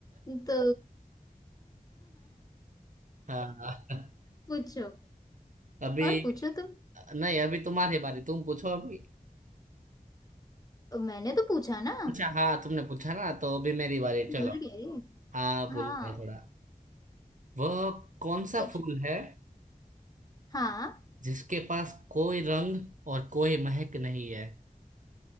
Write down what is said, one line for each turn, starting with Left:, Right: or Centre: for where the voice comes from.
Left: <laughs> तो
Right: हाँ
Left: पूछो
Right: अभी
Left: और पूछो तुम
Right: नहीं अभी तुम्हारी बारी तुम पूछो अभी
Left: मैंने तो पूछा ना
Right: अच्छा हाँ तुमने पूछा ना तो अभी मेरी बारी चलो
Left: भूल गए
Right: हाँ भूल
Left: हाँ
Right: गया थोड़ा वह कौन सा
Left: पूछो
Right: फूल है
Left: हाँ
Right: जिसके पास कोई रंग और कोई महक नहीं है